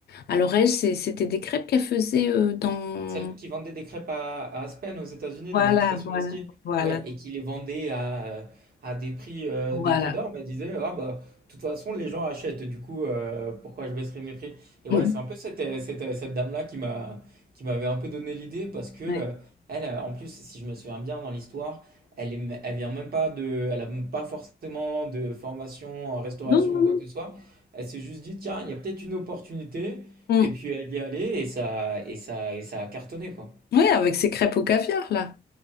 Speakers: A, on the left; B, on the right.
A: alors elle, c'est- c'était des crêpes qu'elle faisait euh, dans.
B: Celle qui vendait des crêpes à, à Aspen aux États-Unis
A: Voilà,
B: dans une station
A: voilà,
B: de ski.
A: voilà,
B: Ouais, et qui les vendait à, euh, à des prix euh,
A: voilà.
B: des prix d'or, bah, disait ah bah de toute façon les gens achètent, du coup euh, pourquoi je baisserais mes prix? Et
A: Mm.
B: ouais, c'est un peu cette, euh, cette, euh, cette dame-là qui m'a qui m'avait un peu donné l'idée parce que euh,
A: Ouais.
B: elle euh, en plus si je me souviens bien dans l'histoire, elle est, m- elle vient même pas de elle a même pas forcément de formation en restauration
A: Non, non,
B: ou quoi que ce soit. Elle s'est juste dit tiens, il y a peut-être une opportunité
A: non.
B: et puis
A: Mm.
B: elle y est allée et ça, et ça, et ça a cartonné, quoi.
A: Oui, avec ses crêpes au caviar, là.